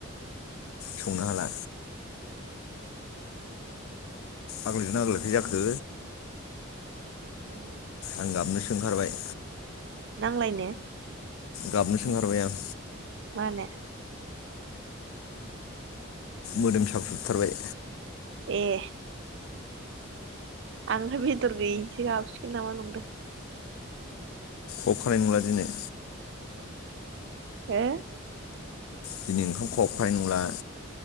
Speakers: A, on the right (about 55°); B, on the left (about 85°).
A: <unintelligible>
B: संनो हाला आगलायदोंना आगलायाखै जाखो?
A: हो
B: आं गाबनो ओंखारबाय?
A: नांलायनो?
B: गाबनोसो ओंखारबाय आं।
A: मानो?
B: मोदोम साख्रुबजोबथारबाय।
A: ए आंलाय बेदर गैयिनिसो गाबसिगोन नामा नंदों। <inaudible> <inaudible>
B: अबहाय नुआ नोङो?
A: हे
B: दिनै ओंखाम खहाबखानाय नंला।